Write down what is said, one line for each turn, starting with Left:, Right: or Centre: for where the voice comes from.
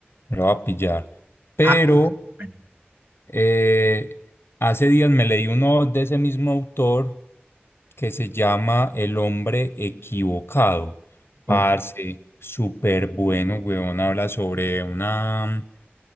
Left: me lo va a pillar. Pero
Right: Ja- bueno,
Left: Eh, hace días me leí uno de ese mismo autor que se llama El hombre equivocado.
Right: ok.
Left: Parce, súper bueno, weón. Habla sobre una,